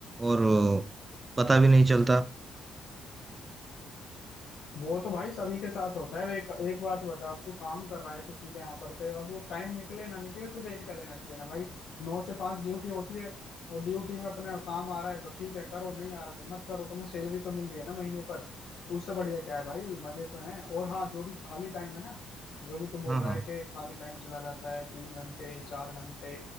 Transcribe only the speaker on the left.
वो तो भाई सभी के साथ होता है अब एक एक बात बता अब तू काम कर रहा है किसी के यहाँ पर पे अब वो टाइम निकले ना निकले तुझे क्या लेना देना भाई नौ से पांच ड्यूटी होती है और ड्यूटी में अपना काम आ रहा है तो ठीक है करो नहीं आ रहा तो मत करो तुम्हें सैलरी तो मिल रही है ना महीने पर उससे बढ़िया क्या है भाई मजे तो हैं और हाँ जो भी खाली टाइम है ना जो भी तू बोल
रहा
है कि खाली टाइम चला जाता है तीन घंटे चार घंटे